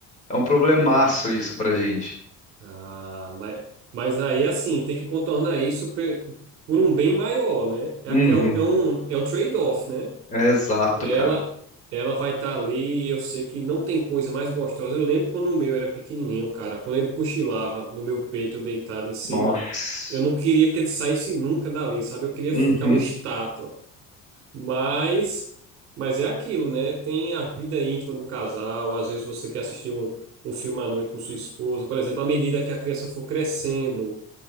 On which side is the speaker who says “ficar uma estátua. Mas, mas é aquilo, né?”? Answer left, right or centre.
Right